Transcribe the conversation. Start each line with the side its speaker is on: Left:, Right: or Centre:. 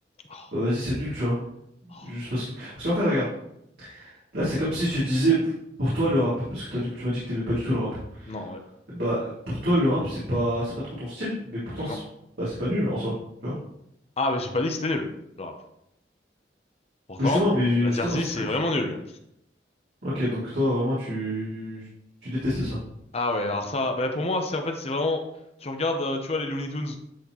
Left: oh,
Right: bah, vas-y, c'est nul, tu vois.
Left: oh.
Right: Juste parce que. Parce qu'en fait, regarde, là, c'est comme si je te disais, pour toi, le rap. Parce que toi, tu tu m'as dit que t'aimais pas du tout le rap.
Left: Non, ouais.
Right: Bah, pour toi, le rap, c'est pas, c'est pas trop ton style, mais pourtant,
Left: Non.
Right: c'est bah, c'est pas nul en soi, tu vois.
Left: Ah, mais j'ai pas dit que c'était nul, le rap. Pourtant,
Right: Mais justement, mais
Left: la
Right: justement,
Left: Jersey,
Right: c'est
Left: c'est
Right: que
Left: vraiment
Right: tu vois.
Left: nul.
Right: Ok, donc toi, vraiment, tu, tu détestes ça.
Left: Ah ouais, alors ça, bah pour moi, c'est en fait, c'est vraiment... Tu regardes, euh, tu vois, les Looney Tunes,